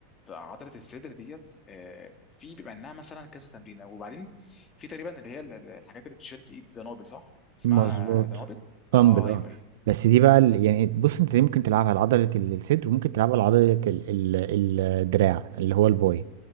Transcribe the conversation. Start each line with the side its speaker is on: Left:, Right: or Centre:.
Left: ال- عضله الصدر ديت آه، في بيبقى انها مثلا كذا تمرينه وبعدين في تقريبا اللي هي ال- ال- الحاجات اللي بتشيل في الايد دنابل صح اسمها
Right: مظبوط
Left: دنابل
Right: دمبل
Left: اه
Right: اه
Left: ايوه ايوه
Right: بس دي بقى ال- يعني بص انت دي ممكن تلعبها على عضلة ال- الصدر وممكن تلعبها على عضلة ال- ال- الدراع اللي هو الباي